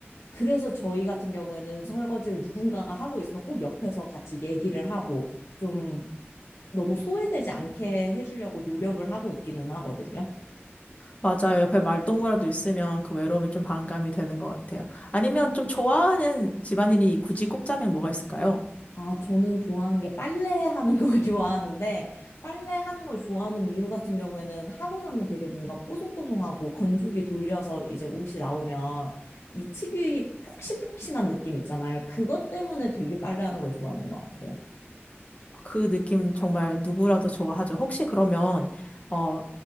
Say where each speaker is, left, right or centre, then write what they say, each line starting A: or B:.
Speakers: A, on the left; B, on the left.
A: 그래서 저희 같은 경우에는 설거지를 누군가가 하고 있으면 꼭 옆에서 같이 얘기를 하고 좀 너무 소외되지 않게 해주려고 노력을 하고 있기는 하거든요.
B: 맞아요. 옆에 말동무라도 있으면 그 외로움이 좀 반감이 되는 것 같아요. 아니면 좀 좋아하는 집안일이 굳이 꼽자면 뭐가 있을까요?
A: 아, 저는 좋아하는 게 빨래하는 걸 <laughs> 좋아하는데, 빨래하는 걸 좋아하는 이유 같은 경우에는 하고 나면 되게 뭔가 뽀송뽀송하고 건조기 돌려서 이제 옷이 나오면 이 특유의 폭신폭신한 느낌 있잖아요. 그것 때문에 되게 빨래하는 걸 좋아하는 것 같아요.
B: 그 느낌 정말 누구라도 좋아하죠. 혹시 그러면, 어,